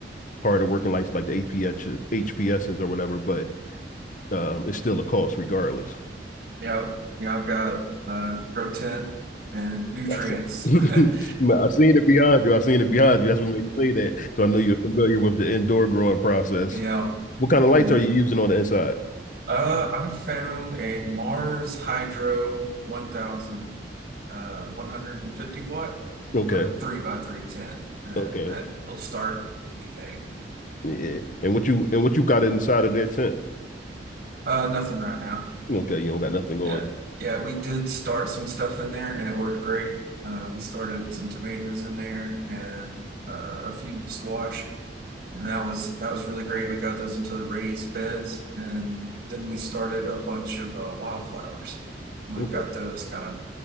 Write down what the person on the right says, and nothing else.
Yeah, yeah, I've got uh, grow tent and nutrients.
<laughs>
Yeah.
Yeah.
Uh, I found a Mars Hydro 1000, uh, 150 watt
with a 3 by 310 and
that will start anything.
Uh, nothing right now.
Yeah.
Yeah, we did start some stuff in there and it worked great. Uh, we started some tomatoes in there and uh, a few squash and that was that was really great. We got those into the raised beds and then we started a bunch of uh, wildflowers. We've
got those kind of